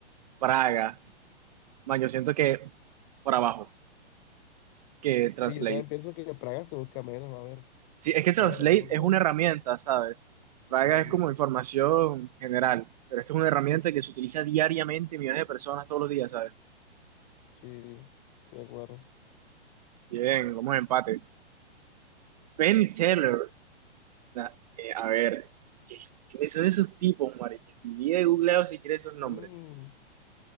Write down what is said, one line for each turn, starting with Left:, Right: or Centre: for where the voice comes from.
Right: Praga, man, yo siento que por abajo, que Translate.
Left: Sí, yo también pienso que Praga se busca menos, a ver.
Right: Sí, es que Translate
Left: A ver, es una
Right: es
Left: E.
Right: una herramienta, ¿sabes? Praga
Left: Sí,
Right: es como información general, pero esto es una herramienta que se utiliza diariamente millones de personas todos los días, ¿sabes?
Left: sí, estoy de acuerdo.
Right: Bien, vamos a empate. Penn Teller, na- eh, a ver, ¿qué- ¿quiénes son esos tipos, Mari? Mi vida he googleado si quieres esos nombres.
Left: Mm,